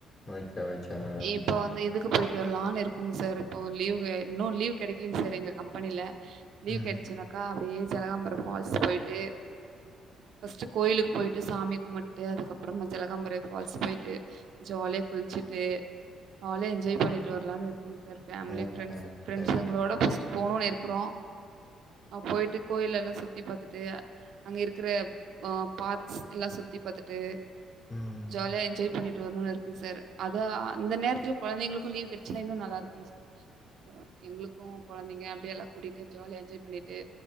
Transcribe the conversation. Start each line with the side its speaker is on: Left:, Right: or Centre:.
Left: ஓகே ஒகே மேடம்
Right: இப்போ வந்து இதுக்கு போயிட்டு வர்லான் இருக்கோங்க சார் இப்போ லீவு இன்னு லீவு கெடைக்லிங்க சார் எங்க கம்பெனில லீவ்
Left: ம்
Right: கெடைச்னாக்கா அப்டியே ஜலகாம்பரோ ஃபால்ஸ் போயிட்டு ஃபஸ்ட்டு கோயிலுக்கு போயிட்டு சாமி கும்பிட்டு அதுக்கப்பறோ ஜலகாம்பரேர் ஃபால்ஸ் போயிட்டு ஜாலியா குளிச்சிட்டு ஜாலியா என்ஜாய் பண்ணிட்டு வரலானு இருக்கேங்க sir family
Left: okay
Right: friends
Left: okay
Right: ஃப்ரண்ட்ஸ்களோட
Left: madam
Right: ஃபஸ்ட்டு போணுனு இருக்குறோ போயிட்டு கோயிலல்லா சுத்தி பாத்துட்டு அங்க இருக்குற ஆ பார்க்ஸ் எல்லா சுத்தி பாத்துட்டு
Left: ம்
Right: ஜாலியா என்ஜாய் பண்ணி ட்டு வரணுனு இருக்குங் சார் அத அந்த நேரத்துல கொழந்தைங்களுக்கு லீவ் கெடைச்சினா இன்னு நல்லாருக்குங் சார் ம் எங்களுக்கு கொழந்தைங்க அப்டி எல்லா கூட்டிட்டு ஜாலியா என்ஜாய் பண்ணிட்டு